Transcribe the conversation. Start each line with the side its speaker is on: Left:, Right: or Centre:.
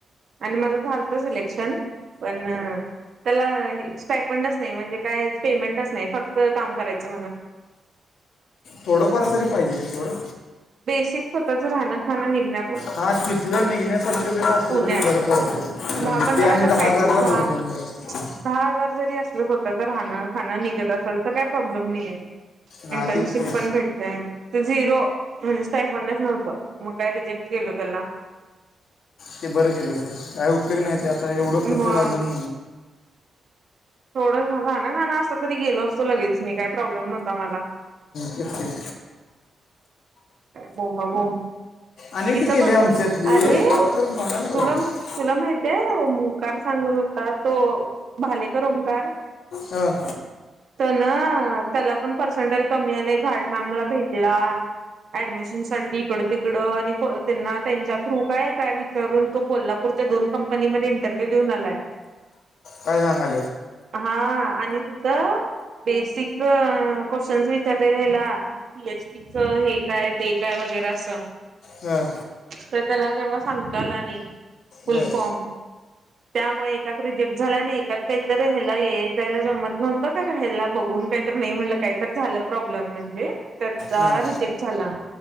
Right: आणि माझं झालत सिलेक्शन,, पणऽऽ त्याला हेऽऽ स्टायफंडच नाही, म्हणजे काय पेमेंटच नाही,, फक्त काम करायचं म्हणं.
Left: थोडंफार तरी पाहिजे, थोडं.
Right: बेसिक स्वतःच राहनं खाणं निघण्यांऽऽ
Left: हा तिथलं निघण्यासारखे जरी असलं
Right: पुण्यात
Left: तरी बरं पडतंय, म्हणजे
Right: दहा पंधरा
Left: ते आणि
Right: तर
Left: दहा
Right: पाहिजे
Left: हजारला भूर्दंडऽ
Right: दहा
Left: ब
Right: दहा हजार जरी असलं स्वतः जर राहणं खाणं निघत असेल तर काही प्रॉब्लेम नाही आय.
Left: हां
Right: इंटर्नशिप
Left: तेच की
Right: पण भेटते, जीऽ तो स्टाय फंडच नव्हत, मग काय रिजेक्ट केल त्याला.
Left: ते बरं केलं सर,, काय उपयोग नाही ते आता एवढं खर्च
Right: मग
Left: घालून..
Right: थोडं, घा ना घां ना असतं, तरी गेलो असतो लगेच मी, काही प्रॉब्लेम नव्हता मला.
Left: शक्यय.
Right: बोबांबोंब.
Left: अनेक
Right: इथ
Left: ती केली
Right: बघ,
Left: आमच्यातली
Right: अरे,
Left: तर बघायला
Right: तुला,
Left: पाहिजे
Right: तुला माहितीये ओमकार सांगत होता तो भालेकर ओमकार.
Left: हं.
Right: ना त्याला पण पर्सेंटेल कमी आले, घाट मॅमला भेटला. ऍडमिशन साठी इकडं, तिकडं. आणि त्यांना त्यांच्या थ्रू काय काय विचारून तो कोल्हापूरऽऽ दोन कंपनीमध्ये इंटरव्ह्यू देऊन आलाय.
Left: काय सांगाऽऽ
Right: हाऽऽ आणि तिथंऽ बेसिक अऽऽ क्वेशन विचारते ह्याला पी, एच, पी, च हे काय, ते काय. वगैर अस,
Left: हां
Right: तर त्याला तेव्हा सांगता आला नाही. फुल
Left: बर.
Right: फॉर्म त्यामुळे एकाच रिजेक्ट झाल्ं आणिऽऽ त्यात काहीतरी ह्याला येय, जायला जमत नव्हतं, का ह्याला बघून काहीतरी नाही म्हटलं काहीतर झालं प्रॉब्लेम. म्हणजे,, त्याचा
Left: हां
Right: रिजेक्ट झाला.